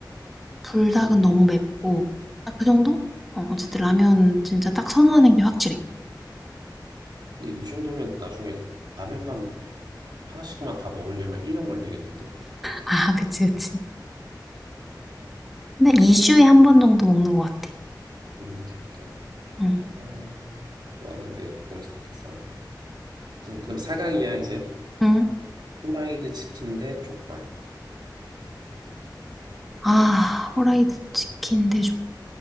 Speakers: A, in the centre; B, on the right.
A: 불닭은
B: 음.
A: 너무 맵고 딱 그 정도? 어, 어쨌든 라면 진짜 딱 선호하는 게 확실해.
B: 근데 이 정도면 나중에 라면만 하나씩만 다 먹으려면 1년 걸리겠는데?
A: 아, <laughs> 그치, 그치. 근데 2주에 한 번 정도 먹는 것 같아.
B: 음, 진짜.
A: 응.
B: 아, 좋아하는데 검색학해서 안 먹. 그다음 사강이야 이제
A: 응.
B: 후라이드 치킨 대 족발.
A: 아, 후라이드 치킨 대접.